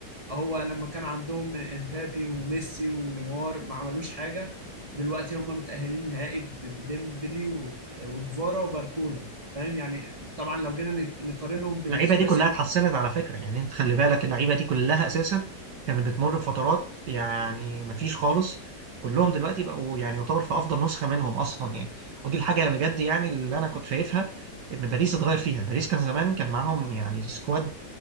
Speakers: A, on the right; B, on the right.
A: هو لما كان عندهم امبابي وميسي ونيمار ما عملوش حاجة دلوقتي هم متأهلين نهائي ب- بديمبلي و- وجفارا وباركولا فاهم يعني طبعا لو جينا نق- نقارنهم بالثلاثي
B: اللعيبه دي كلها
A: ال-
B: اتحسنت على فكره يعني انت خلي بالك اللعيبه دي كلها اساسا كانت بتمر بفترات يعني مفيش خالص كلهم دلوقتي بقوا يعني يعتبر في افضل نسخه منهم اصلا يعني ودي الحاجه بجد يعني اللي انا كنت شايفها ان باريس اتغير فيها باريس كان زمان كان معاهم يعني سكواد